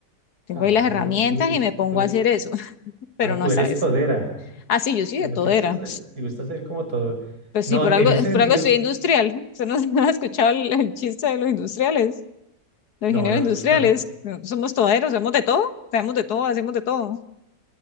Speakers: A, on the left; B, on the right.
A: Tengo
B: Ah,
A: ahí las
B: bueno,
A: herramientas
B: uy, es
A: y me
B: que
A: pongo
B: tú,
A: a hacer eso, <laughs> pero
B: ah,
A: no
B: tú
A: sabes.
B: eres todera.
A: Ah, sí, yo sí
B: Digo,
A: de todo
B: a ti
A: era.
B: te gusta, te gusta hacer como todo.
A: Pues
B: No,
A: sí, por
B: en
A: algo,
B: ese sentido,
A: por algo soy industrial. Usted no, <laughs> no ha escuchado el, el chiste de los industriales, los
B: no,
A: ingenieros
B: no lo
A: industriales.
B: he escuchado.
A: No, Somos toderos, hacemos de todo, sabemos de todo, hacemos de todo.